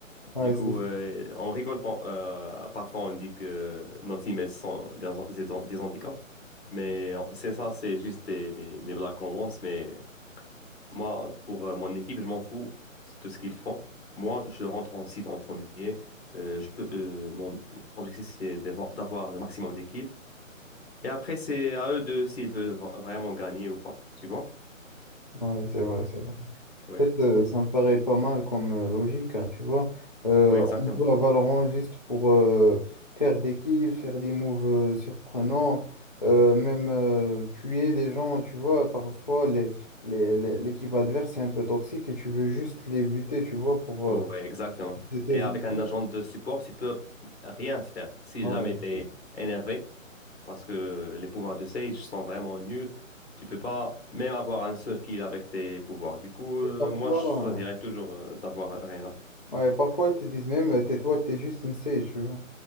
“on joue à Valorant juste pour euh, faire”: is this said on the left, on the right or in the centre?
Left